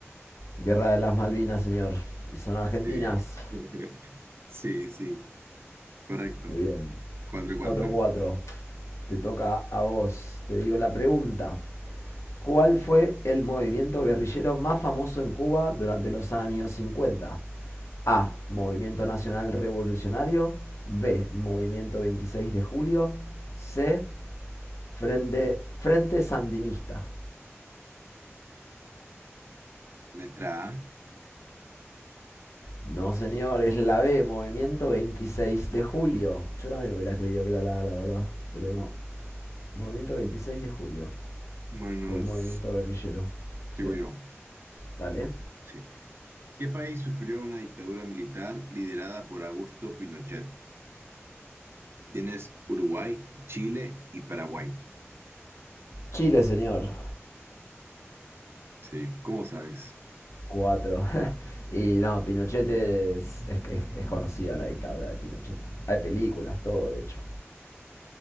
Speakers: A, on the left; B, on the right.
A: Guerra de las Malvinas, señor. Y son argentinas.
B: Sí. <laughs> Sí, sí. Correcto.
A: Muy bien.
B: cuatro y 4.
A: Cuatro cuatro. Te toca a vos. Te digo la pregunta. ¿Cuál fue el movimiento guerrillero más famoso en Cuba durante los años 50? A. Movimiento Nacional Revolucionario. B. Movimiento 26 de Julio. C. Frente, Frente Sandinista.
B: Letra A.
A: No, señor, es la B. Movimiento 26 de Julio. Yo también hubiera creído que era la A, la verdad. Pero no. Movimiento 26 de Julio.
B: Bueno,
A: Fue el movimiento
B: s-
A: guerrillero. Sí.
B: sigo yo.
A: Dale.
B: Sí. ¿Qué país sufrió una dictadura militar liderada por Augusto Pinochet? Tienes Uruguay, Chile y Paraguay.
A: Chile, señor.
B: Sí, ¿cómo sabes?
A: Cuatro. <laughs> Y no, Pinochet es, es- es- es conocida la dictadura de Pinochet. Hay películas, todo, de hecho.